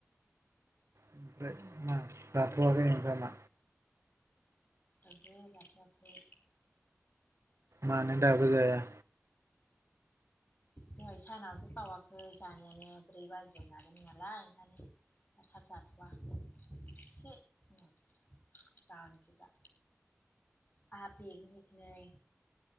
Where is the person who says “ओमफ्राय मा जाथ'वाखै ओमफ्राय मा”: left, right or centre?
Right